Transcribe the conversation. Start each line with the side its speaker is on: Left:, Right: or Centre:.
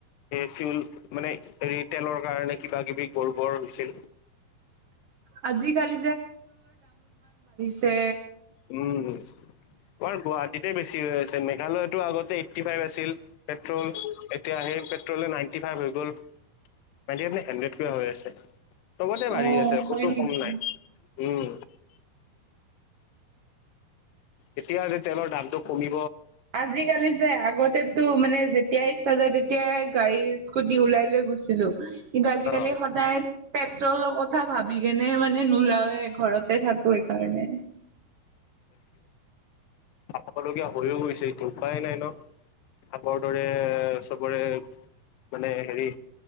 Left: এ ফিউল মানে, ৰিটলৰ কাৰণে কিবা কিবি গৰ্বৰ হৈছিল।
Right: আজিকালি চে
Left: উম। আমাৰ গুৱাহাটীতে বেছি হৈ আছে মেঘালয়তো আগতে এইট্টি ফাইভ আছিল পেট্ৰল এতিয়া আহেই এতিয়া পেট্ৰল নাইণ্টি ফাইভ হৈ গল নাইন্টি ফাইভ মানে হান্দ্ৰেদ কৈ হৈ আছে চবতে
Right: অ
Left: বাঢ়ি আছে
Right: হয়
Left: কতো
Right: নেকি?
Left: কম নাই উম এতিয়া তেলৰ দামটো কমি
Right: আজিকালি যে আগতে মানে যেতিয়াই ইচ্ছা যায় তেতিয়াই গাড়ী স্কুটি ওলাই লৈ গৈছিলো কিন্তু আজিকালি
Left: গম
Right: পেট্ৰলৰ কথা কথা ভাবি কেনে মানে নলাও এ ঘৰতে থাকো এইকাৰণে
Left: আপোনোকীয়া হৈয়ও গৈছে উপায় নাই ন আগৰ দৰে চবৰে মানে হেৰি